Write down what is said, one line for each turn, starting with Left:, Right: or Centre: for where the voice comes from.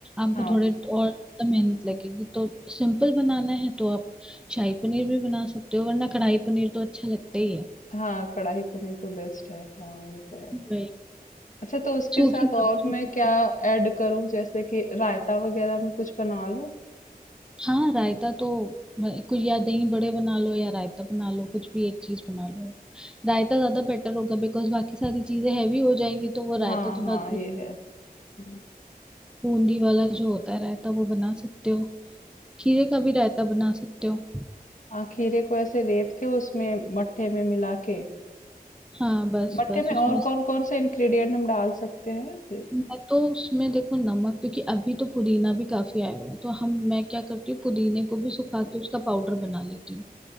Centre: आपको
Left: हाँ
Centre: थोड़े और मेहनत लगेगी तो सिंपल बनाना है तो आप शाही पनीर भी बना सकते हो वरना कढ़ाई पनीर तो अच्छा लगता ही है
Left: हाँ कढ़ाई पनीर तो बेस्ट है हाँ ये तो है
Centre: वही
Left: अच्छा तो उसके
Centre: सूखी
Left: साथ
Centre: सब्जी
Left: और मैं
Centre: भी तो-
Left: क्या ऐड करूं जैसे कि रायता वगैरह में कुछ बना लूं
Centre: हाँ रायता तो ब- कुछ या दही बड़े बना लो या रायता बना लो कुछ भी एक चीज बना लो रायता ज्यादा बेटर होगा बिकॉज बाकी सारी चीजें हैवी हो जाएंगी तो वो
Left: हाँ
Centre: रायता थोड़ा
Left: हाँ ये है हम्म।
Centre: बूंदी वाला जो होता है रायता वो बना सकते हो खीरे का भी रायता बना सकते हो
Left: हाँ खीरे को ऐसे रेत के उसमें मट्ठे में मिला के
Centre: हाँ बस
Left: मट्ठे
Centre: बस
Left: में
Centre: उसमें
Left: और कौन कौन से इंग्रेडिएंट हम डाल सकते हैं जे-
Centre: मैं तो उसमें देखो नमक क्योंकि अभी तो पुदीना भी काफी आया हुआ है तो हम मैं क्या करती हूँ पुदीने को भी सुखा के उसका पाउडर बना लेती हूँ